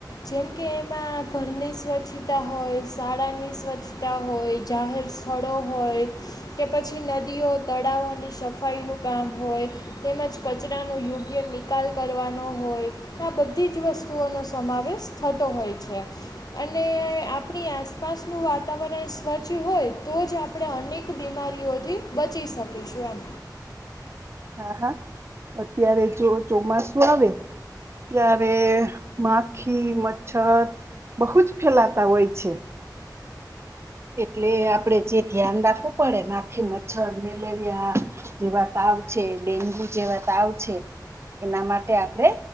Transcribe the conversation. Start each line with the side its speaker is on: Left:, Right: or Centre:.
Left: જેમ કે એમાં ઘરની સ્વચ્છતા હોય, શાળાની સ્વચ્છતા હોય જાહેર સ્થળો હોય, કે પછી નદીઓ, તળાવોની સફાઈનું કામ હોય, તેમજ કચરાનો યોગ્ય નિકાલ કરવાનો હોય આ બધી જ વસ્તુઓનો સમાવેશ થતો હોય છે. અને આપણી આસપાસનું વાતાવરણ સ્વચ્છ હોય તો જ આપ પણે અનેક બીમારીઓથી બચી શકીશું એમ.
Right: હા, હા. અત્યારે જો ચોમાસું આવે ત્યારે માખી, મચ્છર બહુ જ ફેલાતા હોય છે. એટલે આપણેે જે ધ્યાન રાખવું પડે માખી, મચ્છર, મેલેરિયા જેવા તાવ છે, ડેન્ગ્યુ જેવા તાવ છે એના માટે આપણે